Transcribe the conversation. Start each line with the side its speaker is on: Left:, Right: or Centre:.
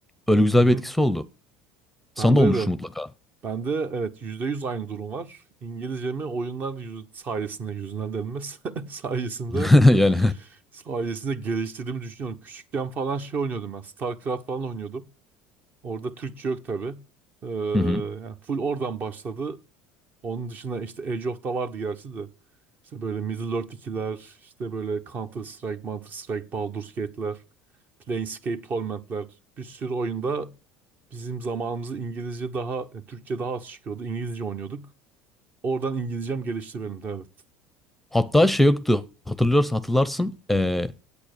Centre: Öyle güzel
Right: Hı hı.
Centre: bir etkisi oldu. Sana
Right: Bende
Centre: da olmuştur
Right: de.
Centre: mutlaka.
Right: Bende evet %100 aynı durum var. İngilizcemi oyunlar yüz, sayesinde yüzünden denilmez. <laughs> sayesinde
Centre: <laughs> Yani.
Right: sayesinde geliştirdiğimi düşünüyorum. Küçükken falan şey oynuyordum ben. StarCraft falan oynuyordum. Orada Türkçe yok tabii. Ee,
Centre: Hı hı.
Right: yani full oradan başladı. Onun dışında işte Age of da vardı gerçi de. İşte böyle Middle-earth ikiler, işte böyle Counter-Strike, Counter-Strike, Baldur's Gate'ler, Planescape Torment'ler. Bir sürü oyunda bizim zamanımızda İngilizce daha, e, Türkçe daha az çıkıyordu. İngilizce oynuyorduk. Oradan İngilizcem gelişti benim de evet.
Centre: Hatta şey yoktu. Hatırlıyorsan hatırlarsın. eee,